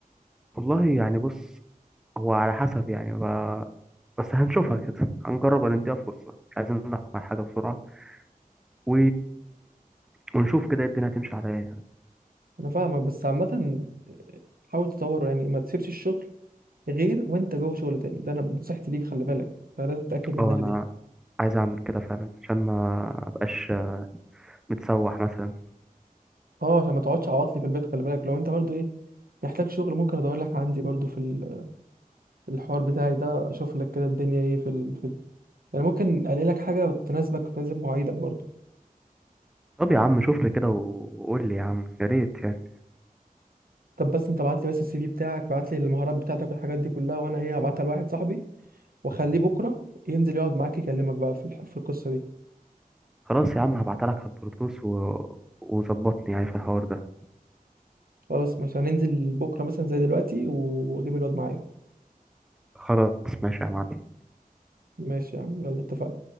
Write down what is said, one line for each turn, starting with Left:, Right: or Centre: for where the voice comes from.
Centre: والله يعني بص هو على حسب يعني ب... بس هنشوفها كده هنجرب نديها فرصة مش عايزين نحكم على حاجة بسرعة و... ونشوف كده الدنيا هتمشي على ايه
Right: انا فاهمك بس عامه حاول تطوره يعني ما تسيبش الشغل غير وانت جوه شغل تاني ده انا نصيحتي ليك خلي بالك فلازم تتاكد منها
Centre: اه انا
Right: دي
Centre: عايز اعمل كده فعلا عشان ما ابقاش متسوح مثلا
Right: اه عشان ما تقعدش عواطلي في البيت خلي بالك لو انت برضو ايه محتاج شغل ممكن ادور لك عندي برضو في ال- في الحوار بتاعي ده اشوف لك كده الدنيا ايه في, ال... في... ال- يعني ممكن الاقي لك حاجه تناسبك وتناسب مواعيدك برضو
Centre: طب يا عم شوف لي كده وقول لي يا عم يا ريت يعني
Right: طب بس انت ابعت لي بس السي في بتاعك ابعت لي المهارات بتاعتك والحاجات دي كلها وانا ايه هبعتها لواحد صاحبي واخليه بكره ينزل يقعد معاك يكلمك بقى في الح... في القصه دي
Centre: خلاص يا عم هبعتلك على البلوتوث و... وظبطني يعني في الحوار ده
Right: خلاص ماشي هننزل بكره مثلا زي دلوقتي و- واجيب الواد معايا
Centre: خلاص ماشي يا معلم
Right: ماشي يا عم يلا اتفقنا